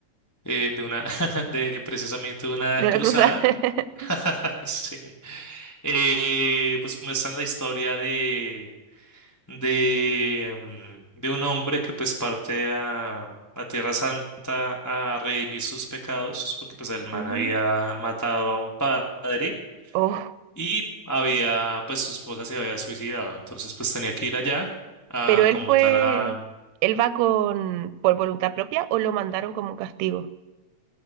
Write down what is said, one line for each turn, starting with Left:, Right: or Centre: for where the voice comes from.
Left: eh, de una, <laughs> de precisamente una
Right: De
Left: cruzada.
Right: la cruzada. <laughs>
Left: <laughs> Sí. Eh, pues como está la historia de de, mm, de un hombre que pues parte a la Tierra Santa a redimir sus pecados, porque pues el man
Right: Ujú.
Left: había matado a un padre
Right: Oh,
Left: y había, pues su esposa se había suicidado, entonces pues tenía que ir allá a
Right: pero él
Left: como
Right: fue,
Left: tal a...
Right: él va con, por voluntad propia o lo mandaron como castigo.